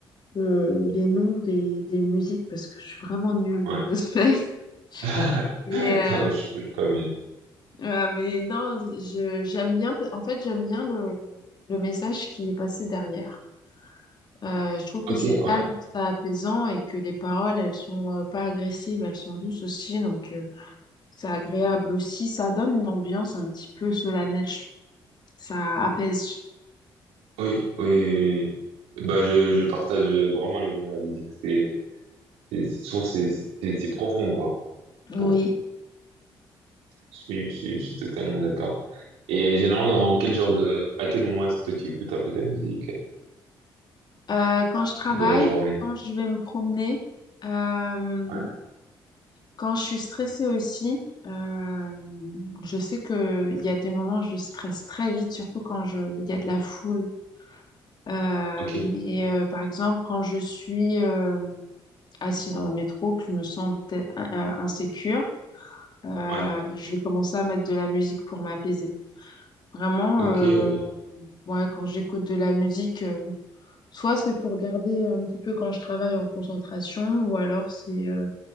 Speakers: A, on the left (about 45°); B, on the right (about 85°).
A: euh, les noms des, des musiques parce que je suis vraiment nulle dans
B: Ouais.
A: le cosplay. <laughs>
B: <laughs>
A: Et,
B: Non,
A: euh,
B: je je sais pas, mais...
A: euh, mais non, je- j'aime bien, en fait, j'aime bien le, le message qui est passé derrière. Euh, je trouve que
B: Ok,
A: c'est calme,
B: ouais. Oui,
A: c'est apaisant et que les paroles, elles sont euh, pas agressives, elles sont douces aussi. Donc, euh, C'est agréable aussi, ça donne une ambiance un petit peu solennelle, je trouve. Ça apaise.
B: oui, oui, oui. Bah, je, je partage vraiment les mêmes avis. C'est, c'est, c'est, je trouve que c'est, c'est c'est profond, quoi.
A: Oui.
B: Bon, je, suis- je, suis- je suis totalement d'accord. Et généralement, dans quel genre de, à quel moment est-ce que toi tu écoutes un peu ta musique
A: Euh, quand je travaille,
B: de la journée?
A: quand je vais me promener, euh,
B: Ouais.
A: quand je suis stressée aussi, euh, je sais que il y a des moments où je stresse très vite, surtout quand je, il y a de la foule. Euh,
B: Ok,
A: mais euh, par exemple, quand je suis euh, assis dans le métro, que je me sens peut-être in- euh, insécure, euh,
B: ouais,
A: je vais commencer à mettre de la musique pour m'apaiser. Vraiment,
B: ok.
A: euh, ouais, quand j'écoute de la musique, euh, soit c'est pour garder un petit peu quand je travaille en concentration, ou alors c'est euh,